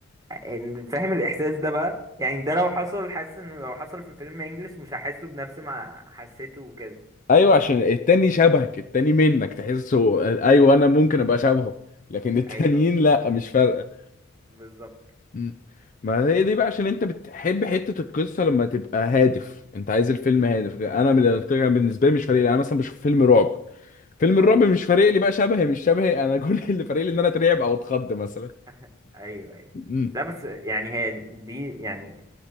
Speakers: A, on the right; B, on the left.
A: إن- فاهم الاحساس ده بقى يعني ده لو حصل حاسس ان لو حصل في فيلم انجلش مش هحسه بنفس ما حسيته وكده
B: ايوه عشان التاني شبهك التاني منك تحسه ايوه انا ممكن ابقى شبهه لكن التانيين
A: ايوه
B: لا مش فارقة
A: بالظبط
B: م. ما هي دي بقى عشان انت بتحب حتة القصة لما تبقى هادف انت عايز الفيلم هادف انا بال- بالنسبة لي مش فارق لي. انا مثلا بشوف فيلم رعب فيلم الرعب
A: اه
B: مش فارق لي بقى شبهي مش شبهي انا كل <laughs> اللي فارق لي ان انا اترعب او اتخض مثلا
A: <laughs> ايوه ايوه
B: امم
A: لا بس يعني هي دي يعني